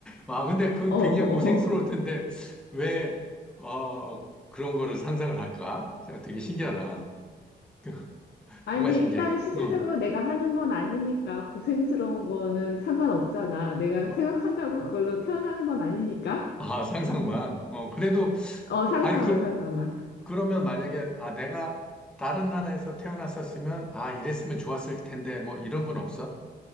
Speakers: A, in the centre; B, on the left (about 70°).
A: 와, 근데 그
B: 어,
A: 굉장히
B: 어,
A: 고생스러울
B: 어.
A: 텐데, 왜, 어, 그런 거를 상상을 할까? 제가 되게 신기하다. <laughs>
B: 아니,
A: 정말 신기해.
B: 일단 실질적으로
A: 응.
B: 내가 하는 건 아니니까 고생스러운 거는 상관없잖아. 내가
A: 어?
B: 생각한다고 그걸로 태어나는 건 아니니까.
A: 아, 상상만. 어, 그래도,
B: 어, 상상만,
A: 아니, 그,
B: 상상만.
A: 그러면 만약에, 아, 내가 다른 나라에서 태어났었으면, 아, 이랬으면 좋았을 텐데, 뭐, 이런 건 없어?